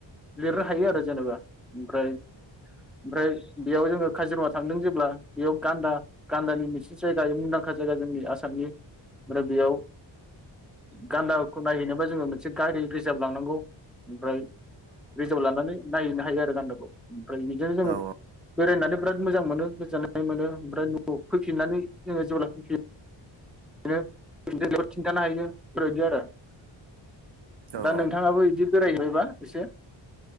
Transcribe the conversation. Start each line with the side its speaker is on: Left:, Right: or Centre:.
Centre: लिरनो हायो आरो जेनेबा ओमफ्राय ओमफ्राय बेयाव जोङो काजिरङा थांदों जेब्ला बेयाव गान्दा गान्दानि मोनसे जायगा इयो मुंदांखा काजिरङाया जोंनि आसामनि ओमफ्राय बेयाव गान्दाखौ नायहैनोबा जोङो मोनसे गारि रिजार्भ लांनांगौ ओमफ्राय रिजार्भ लानानै नायहैनो हायो आरो गान्दाखौ ओमफ्राय बिदिनो
Right: औ
Centre: जोङो बेरायनानै बिराद मोजां मोनो गोजोननाय मोनो ओमफ्राय न'आव फैफिननानै जोङो जेब्ला <unintelligible> <unintelligible> खिन्थानो हायो इफोरबायदि आरो
Right: औ औ
Centre: दा नोंथाङाबो
Right: औ
Centre: इदि बेरायहैबायबा एसे